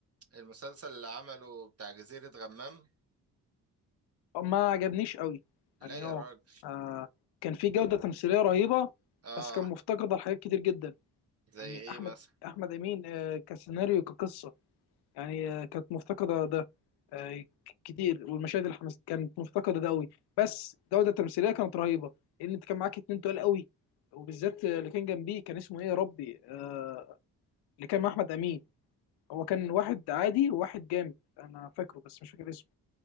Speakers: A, on the right; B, on the left.
A: المسلسل اللي عمله بتاع جزيرة غمام
B: ما عجبنيش قوي
A: لا
B: يعني
A: يا
B: اه
A: راجل
B: آه، كان في جودة تمثيلية رهيبة
A: اه
B: بس كان مفتقدة لحاجات كتير جدا
A: زي
B: يعني
A: ايه
B: أحمد
A: مثلا
B: أحمد أمين آه، كسيناريو كقصة يعني آه، كانت مفتقدة ده آه، ك- كتير والمشاهد اللي حمس كانت مفتقدة ده قوي بس الجودة التمثيلية كانت رهيبة لأن أنت كان معاك اتنين تقال قوي وبالذات آه، اللي كان جنبيه كان اسمه إيه يا ربي آه، اللي كان مع أحمد أمين هو كان واحد عادي وواحد جامد أنا فاكره بس مش فاكر اسمه